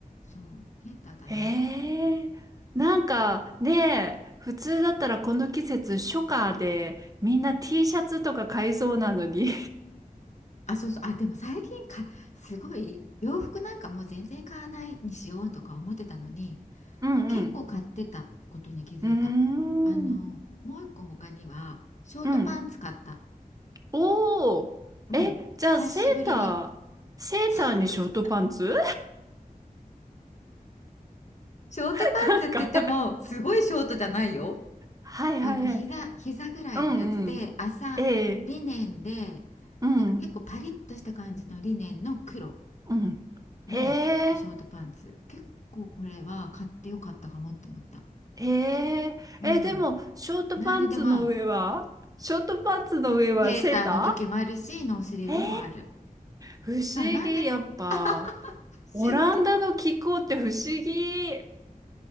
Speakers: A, on the left (about 55°); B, on the right (about 25°).
A: そう、セーターだね。
B: ええなんかね、普通だったらこの季節初夏でみんな T シャツとか買いそうなのに。
A: あ、そうそう、あ、でも最近か、すごい洋服なんかもう全然買わないにしようとか思ってたのに、
B: <laughs> うんうん。
A: 結構買ってたことに気づいた。
B: うーん。
A: あの、もう一個他には、ショートパンツ買った。
B: うん。おー。
A: うん、
B: え、
A: 久しぶりに。
B: じゃあセーター、セーターにショートパンツ
A: <laughs> ショートパンツって言っても、
B: <laughs> なんか
A: すごいショートじゃないよ。
B: はいはいはい。
A: あの膝、膝ぐらいのやつで麻リネンで
B: うんうん。ええうん。
A: なんか結構パリッとした感じのリネンの黒
B: うん。
A: のショートパンツ結構これは買ってよかったかもって思った、
B: へえ。へえ、
A: うん、
B: え、でも、ショートパンツの上はショートパンツの上はセータ
A: 何にでも合うセーターの時もあるしノースリーブもある
B: ーへえ、不思議、
A: だから何でも
B: やっぱ。
A: 不思議
B: オランダの気候って不思議。